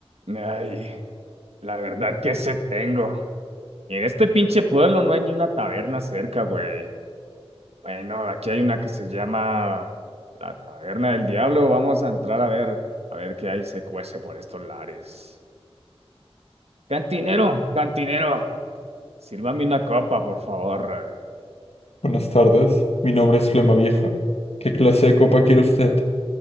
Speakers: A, on the right; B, on the left.
A: Ay, la verdad que sé tengo. Y en este pinche pueblo no hay ni una taberna cerca, güey. Bueno, aquí hay una que se llama la Taberna del Diablo. Vamos a entrar a ver, a ver qué hay se cuece por estos lares. Cantinero, cantinero, sírvame una copa, por favor.
B: Buenas tardes, mi nombre es Flema Vieja. ¿Qué clase de copa quiere usted?